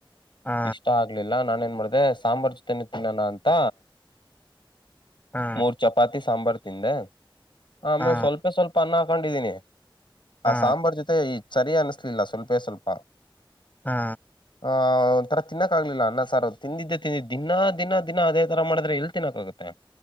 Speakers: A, on the left (about 20°); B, on the left (about 60°).
A: ಹಾ
B: ಇಷ್ಟ ಆಗ್ಲಿಲ್ಲ ನಾನ ಏನ್ ಮಾಡ್ದ. ಅ ಸಾಂಬಾರ್ ಜೊತೆನೆ ತಿನ್ನೋಣ ಅಂತ
A: ಹಾ
B: ಮೂರ್ ಚಪಾತಿ ಸಾಂಬಾರ್ ತಿಂದೆ ಆಮೇಲೆ
A: ಹಾ
B: ಸ್ವಲ್ಪೇ ಸ್ವಲ್ಪ ಅನ್ನ ಹಾಕ್ ಕೊಂಡಿದ್ದೀನಿ.
A: ಹಾ
B: ಆ ಸಾಂಬಾರ್ ಜೊತೆ ಈ ಚರಿ ಅನ್ನ ಲ್ಲ ಸ್ವಲ್ಪೇ ಸ್ವಲ್ಪಾ.
A: ಹಾ
B: ಆ ಒಂಥರ ತಿನ್ನಕ್ ಆಗ್ಲಿಲ್ಲ ಅನ್ನ ಸಾರ್ ತಿಂದಿದ್ದೆ ತಿಂದಿದ್ದೆ ದಿನಾ ದಿನ ದಿನಾ ಅದೇ ತರ ಮಾಡಿದ್ರೆ ಎಲ್ಲಿ ತಿನ್ನಕ್ ಆಗುತ್ತೆ.